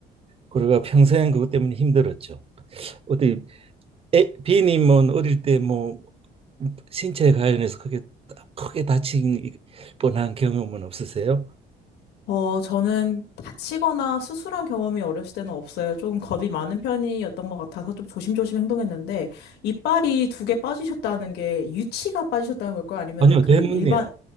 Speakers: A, on the right (about 35°); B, on the left (about 75°).
A: 그리고 평생 그것 때문에 힘들었죠. 어디 에, 비님은 어릴 때 뭐 신체에 관련해서 크게 크게 다친 뻔한 경험은 없으세요?
B: 어, 저는 다치거나 수술한 경험이 어렸을 때는 없어요. 조금 겁이 많은 편이었던 것 같아서 좀 조심조심 행동했는데, 이빨이 두 개 빠지셨다는 게 유치가 빠지셨다는 걸까요? 아니면은
A: 아니요,
B: 그
A: 대문네요.
B: 일반,